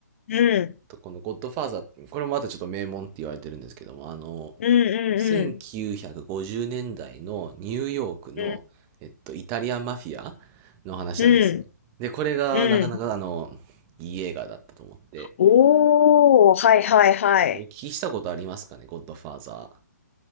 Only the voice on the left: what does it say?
うん。
うん。
うん。うん。
うん、
うん。
おー、はいはいはい。